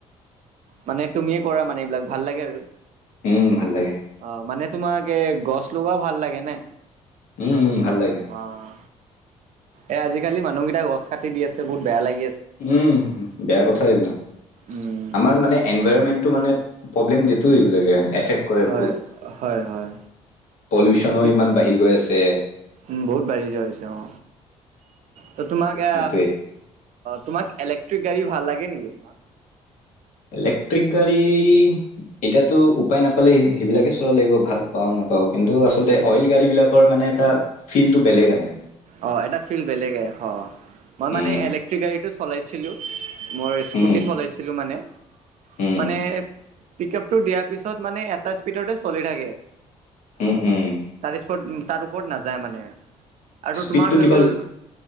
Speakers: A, on the right (about 60°); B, on the left (about 75°).
A: মানে তুমিয়ে কৰা মানে এইবিলাক? ভাল লাগে আৰু
B: উম ভাল লাগে
A: অ, মানে তোমাকে গছ লগাও ভাল লাগে নে?
B: উম, উম, ভাল লাগে।
A: অ', এ, আজিকালি মানুহকেইটটা গছ কাটি দি আছে বহুত বেয়া লাগে
B: উম, বেয়া কথা এইবিলাক
A: উম,
B: আমাৰ মানে এনভাইৰণমেন্টটো মানে প্ৰব্লেম দিয়েটো এইবিলাকে এফেক্ট কৰে
A: হয়,
B: বহুত।
A: হয়-হয়।
B: পলিউচনো
A: <unintelligible>
B: ইমান বাঢ়ি গৈ আছে
A: উম, বহুত বাঢ়ি যোৱা হৈছে অ, ত'তোমাক এ,
B: সেইটোৱে।
A: তোমাক ইলেক্ট্ৰিক গাড়ী ভাল লাগে নেকি তোমাক?
B: ইলেক্ট্ৰিক গাড়ী এতিয়াতো উপায় নাপালে সেইবিলাকে চলাব লাগিব ভাল পাও ন পাও কিন্তু আচলতে অইল গাড়ী বিলাকৰ মানে এটা ফিলটো বেলেগ আহে,
A: অ, এটা ফিল বেলেগ আহে মই মানে
B: উম
A: ইলেক্ট্ৰিক গাড়ীটো চলাইছ ছিলোঁ, মই স্কুটি
B: উম
A: চলাইছিলো মানে,
B: উম
A: মানে পিক আপটো দিয়াৰ পিছত মানে এটা স্পীডতে চলি থাকে,
B: উম উম
A: তাৰ <unintelligible> তাৰ ওপৰত নাযায় মানে, আৰু
B: স্পীডটো
A: তোমাৰ হৈ
B: কিবা
A: গ'ল,